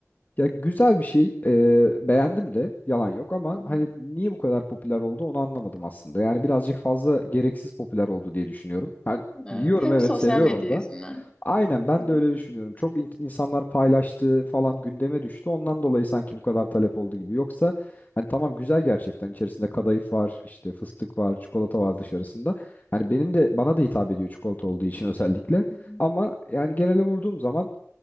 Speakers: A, on the left (about 35°); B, on the left (about 15°).
A: Ya güzel bir şey. e, beğendim de yalan yok ama
B: Hı hı.
A: hani niye bu kadar popüler oldu onu anlamadım aslında. Yani birazcık fazla gereksiz popüler oldu diye düşünüyorum. Ha,
B: Evet,
A: yiyorum
B: hep
A: evet
B: sosyal
A: seviyorum
B: medya yüzünden.
A: da. Aynen ben
B: Hı hı.
A: de öyle düşünüyorum. Çok in- insanlar paylaştı falan gündeme düştü. Ondan dolayı sanki bu kadar talep oldu gibi. Yoksa hani tamam güzel gerçekten içerisinde kadayıf var, işte fıstık var, çikolata var dışarısında. Hani benim de bana da hitap ediyor çikolata olduğu için özellikle.
B: Hı hı.
A: Ama yani genele vurduğum zaman